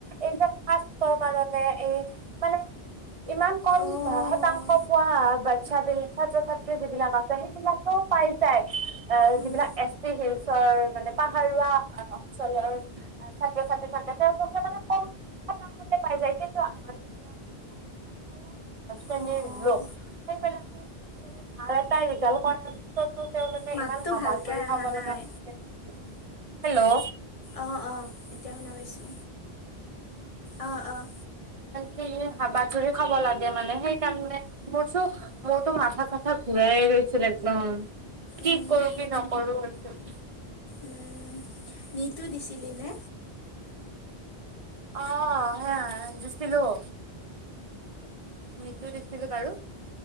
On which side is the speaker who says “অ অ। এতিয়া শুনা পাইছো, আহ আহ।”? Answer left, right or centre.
Left